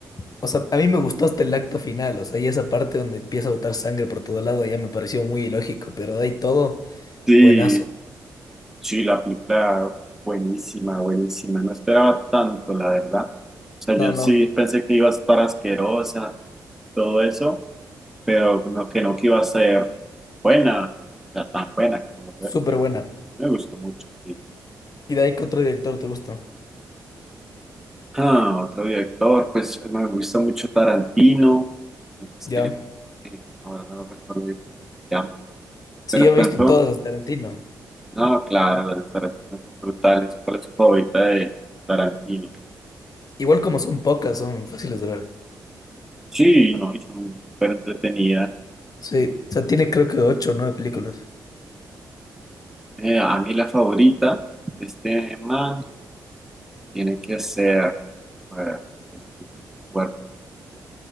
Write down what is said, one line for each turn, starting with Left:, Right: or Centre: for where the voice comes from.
Left: O sea, a mí me gustó hasta el acto final, o sea, y esa parte donde empieza a botar sangre por todo lado ya me pareció muy ilógico, pero de ahí todo,
Centre: sí,
Left: buenazo.
Centre: Sí, la película buenísima, buenísima. No esperaba tanto, la verdad. O sea,
Left: No,
Centre: yo
Left: no.
Centre: sí pensé que iba a estar asquerosa, todo eso, pero no, que no que iba a ser buena, o sea, tan buena como lo fue
Left: Súper
Centre: acá.
Left: buena.
Centre: Me gustó mucho, sí.
Left: Y de ahí que otro director te gusta.
Centre: Ah, otro director, pues me gusta mucho Tarantino. no sé,
Left: Ya.
Centre: eh, ahora no recuerdo bien cómo se llama.
Left: Sí,
Centre: Pero
Left: yo
Centre: por
Left: me he visto
Centre: ejemplo,
Left: todas las de Tarantino.
Centre: no, claro, las de Tarantino son brutales. ¿Cuál es su favorita de Tarantino?
Left: Igual como son pocas, son fáciles de ver.
Centre: Sí, no, y son súper entretenidas.
Left: Sí, o sea, tiene creo que ocho o nueve películas.
Centre: Eh, a mí la favorita, este man, tiene que ser, a ver, me acuerdo.